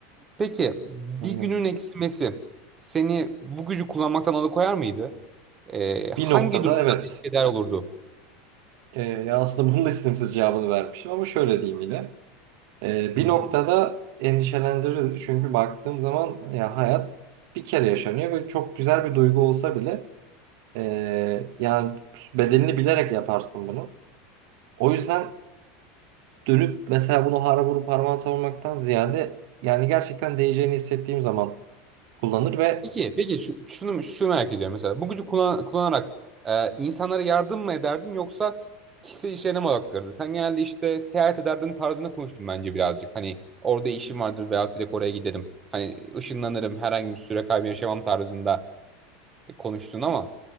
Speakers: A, on the right (about 15°); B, on the right (about 55°).
A: peki bir
B: Anladım.
A: günün eksilmesi seni bu gücü kullanmaktan alıkoyar mıydı? Ee, hangi
B: Bir noktada
A: durumda
B: evet.
A: risk eder olurdu?
B: Ee, ya aslında bunun da istemsiz cevabını vermişim ama şöyle diyeyim yine. Ee, bir
A: Hı hı.
B: noktada endişelendirir Çünkü baktığım zaman ya hayat bir kere yaşanıyor ve çok güzel bir duygu olsa bile ee, yani bedelini bilerek yaparsın bunu. O yüzden dönüp mesela bunu hara vurup harman savurmaktan ziyade yani gerçekten değeceğini hissettiğim zaman kullanır ve
A: Peki, peki şu, şunu şu merak ediyorum mesela bu gücü kullan- kullanarak e, insanlara yardım mı ederdin yoksa kişisel işlerine mi odaklanırdın? Sen genelde işte seyahat ederdin tarzında konuştun bence birazcık. Hani orada işim vardır veya direkt oraya giderim. Hani ışınlanırım herhangi bir süre kaybı yaşamam tarzında e, konuştun ama.